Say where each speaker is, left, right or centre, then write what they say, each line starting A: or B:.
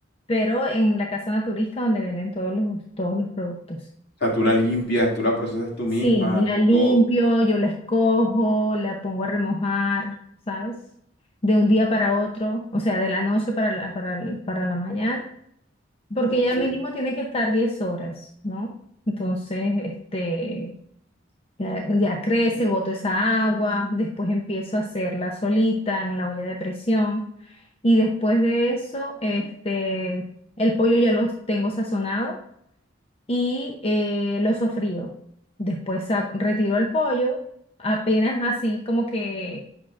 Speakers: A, on the left (about 30°); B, on the left (about 60°).
A: pero en la casa naturista donde venden todos los, todos los productos.
B: O sea, tú la limpias, tú la procesas tú misma,
A: Sí, la
B: tú
A: limpio,
B: todo.
A: yo la escojo, la pongo a remojar, ¿sabes? De un día para otro, o sea, de la noche para la, para, el- para la mañana, porque
B: Ok.
A: ya mínimo tiene que estar 10 horas, ¿no? Entonces, este, ya, ya crece, boto esa agua, después empiezo a hacerla solita en la olla de presión y después de eso, este, el pollo ya lo tengo sazonado y eh, lo sofrío. Después saco- retiro el pollo, apenas así como que